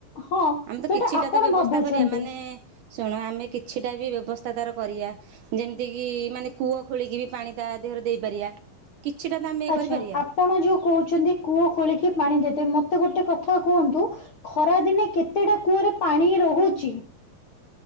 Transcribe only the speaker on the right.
ଆମେ ତ
କିଛିଟା
ତ ବ୍ୟବସ୍ଥା
କରିବା ମାନେ ଶୁଣ ଆମେ କିଛିଟା ବି ବ୍ୟବସ୍ଥା ତାର କରିବା, ଯେମିତି କିି ମାନେ କୂଅ ଖୋଳିକି ବି ପାଣି ତା ଦେହରେ ଦେଇପାରିବା। କିଛିଟା ତ ଆମେ ଇଏ
କରିପାରିବା।